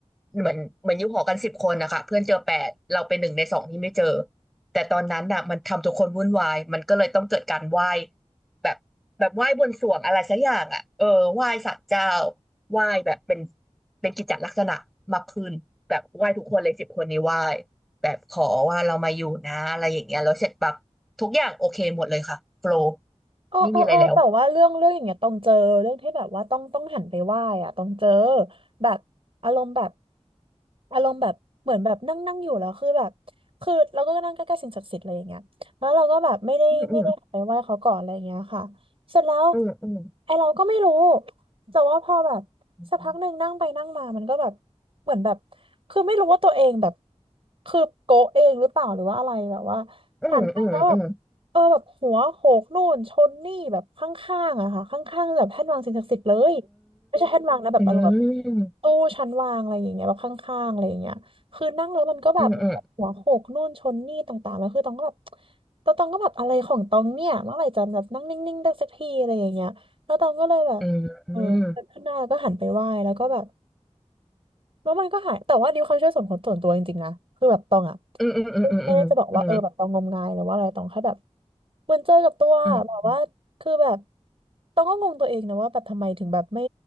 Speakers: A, in the centre; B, on the right (about 50°).
A: เหมือนเหมือนอยู่หอกันสิบคนนะคะเพื่อนเจอแปดเราเป็นหนึ่งในสองที่ไม่เจอแต่ตอนนั้นน่ะมันทำทุกคนวุ่นวายมันก็เลยต้องเกิดการไหว้แบบแบบไหว้บนสรวงอะไรสักอย่างอ่ะเออไหว้ศาลเจ้าไหว้แบบเป็นเป็นกิจจลักษณะมากขึ้นแบบไหว้ทุกคนเลยสิบคนนี้ไหว้ แบบขอว่าเรามาอยู่นะอะไรอย่างเงี้ยแล้วเสร็จปั๊บทุกอย่างโอเคหมดเลยค่ะโฟลว์
B: โอ้โอ้โอ้แต่ว่าเรื่องเรื่องอย่างเงี้ยต้องเจอเรื่องที่แบบว่าต้องต้องหันไปไหว้อะต้องเจอ
A: ไม่มีอะไรแล้ว
B: แบบอารมณ์แบบอารมณ์แบบเหมือนแบบนั่งนั่งอยู่แล้วคือแบบคือเราก็นั่งใกล้ๆสิ่งศักดิ์สิทธิ์อะไรอย่างเงี้ยแล้วเราก็แบบไม่ได้ไม่ได้หันไปไหว้เขาก่อนอะไรอย่างเงี้ยค่ะเสร็จแล้ว
A: อืมอืมอืม
B: ไอเราก็ไม่รู้แต่ว่าพอแบบสักพักหนึ่งนั่งไปนั่งมามันก็แบบ
A: อืม
B: เหมือนแบบคือไม่รู้ว่าตัวเองแบบคือโกะเองหรือเปล่าหรือว่าอะไรแบบว่า
A: อืมอืมอืม
B: หันไปแล้วแบบ เออแบบหัวโขกนู่นชนนี่แบบข้างๆอะค่ะข้างๆแบบแท่นวางสิ่งศักดิ์สิทธิ์เลยไม่ใช่แท่นวางนะแบบอารมณ์แบบ
A: อืม
B: ตู้ชั้นวางอะไรอย่างเงี้ยแบบข้างๆอะไรอย่างเงี้ยคือนั่งแล้วมันก็แบบหัวโขกนู่นชนนี่ต่างๆแล้วคือตองก็แบบ
A: อืมอืม
B: ตองตองก็แบบอะไรของตองเนี่ยเมื่อไหร่จะแบบนั่งนิ่งๆได้สักทีอะไรอย่างเงี้ยแล้วตองก็เลยแบบเออเดินขึ้นได้แล้วก็หันไปไหว้แล้วก็แบบ
A: อืม
B: แล้วมันก็หายแต่ว่านิวความเชื่อส่วนขส่วนตัวจริงๆนะคือแบบตองอ่ะ
A: อืมอืมอืมอืมอืมอืมอืมอืม
B: ไม่ได้จะบอกว่าเออแบบตองงมงายหรือว่าอะไรตองแค่แบบเหมือนเจอกับตัวแบบว่าคือแบบ
A: อืม
B: ตองก็งงตัวเองนะว่าแบบทำไมถึงแบบไม่